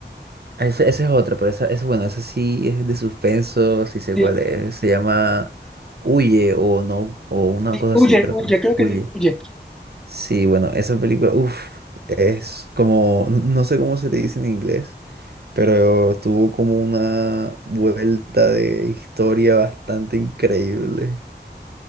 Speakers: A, on the right; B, in the centre.
A: Ese, ese es otro, pero esa, ese, bueno, ese sí es de suspenso, sí sé
B: Sí,
A: cuál es. Se llama Huye o no, o una
B: Sí,
A: cosa
B: huye,
A: así, creo
B: huye,
A: que es.
B: creo
A: Huye.
B: que sí, huye.
A: Sí, bueno, esa película, uff, es como, no no sé cómo se le dice en inglés, pero tuvo como una vuelta de historia bastante increíble.